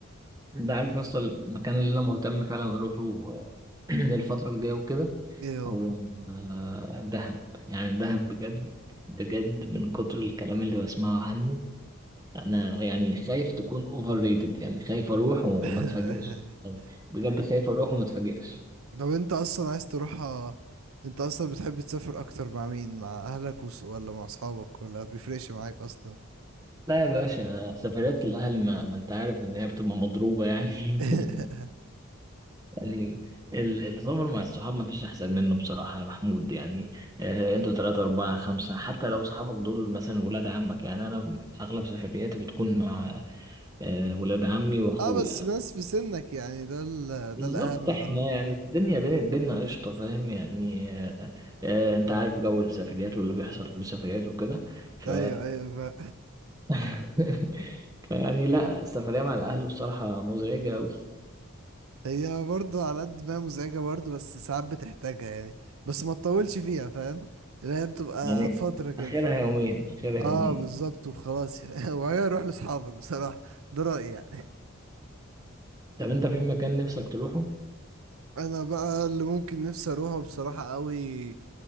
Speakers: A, on the right; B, on the right.
A: ده عارف يا اسطى المكان اللي انا مهتم فعلا اروحه آه، <clears throat> الفترة الجاية وكده
B: ايه هو
A: هو آه، دهب يعني دهب بجد بجد من كتر الكلام اللي بسمعه عنه انا يعني خايف تكون اوفر ريتد يعني خايف اروح و-
B: <laughs>
A: وما اتفاجئش يعني بجد خايف اروح وما اتفاجئش
B: طب انت اصلا عايز تروحها انت اصلا بتحب تسافر اكتر مع مين مع اهلك وص- ولا مع اصحابك ولا بيفرقش معاك اصلا
A: لا يا باشا سفريات الاهل ما, ما انت عارف ان هي بتبقى مضروبة يعني
B: <laughs>
A: <laughs> يعني ال- السفر مع الصحاب ما فيش احسن منه بصراحة يا محمود يعني آه، انتوا ثلاثة أربعة خمسة حتى لو صحابك دول مثلا ولاد عمك يعني انا اغلب سفرياتي بتكون مع آه، ولاد عمي واخويا
B: اه بس ناس في سنك يعني ده ال...
A: بالظبط
B: ده الاهم
A: احنا
B: اه
A: يعني الدنيا بين بينا قشطة فاهم يعني آه آه انت عارف جو السفريات واللي بيحصل في السفريات وكده ف
B: ايوه ايوه
A: <laughs> فيعني لا السفرية مع الأهل بصراحة مزعجة أوي
B: هي برضه على قد ما هي مزعجة برضه بس ساعات بتحتاجها يعني بس ما تطولش فيها فاهم اللي هي بتبقى
A: يعني
B: فترة كده
A: آخرها يومين آخرها
B: اه
A: يومين
B: بالظبط وخلاص يعني <laughs> وبعدين اروح لاصحابك بصراحة ده رأيي يعني
A: طب أنت في مكان نفسك تروحه؟
B: انا بقى اللي ممكن نفسي اروحه بصراحة قوي